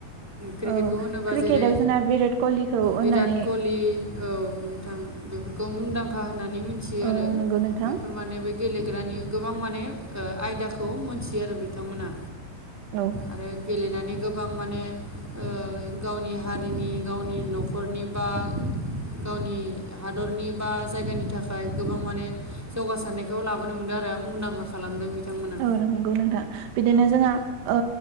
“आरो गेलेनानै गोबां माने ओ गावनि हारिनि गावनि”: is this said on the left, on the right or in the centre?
Centre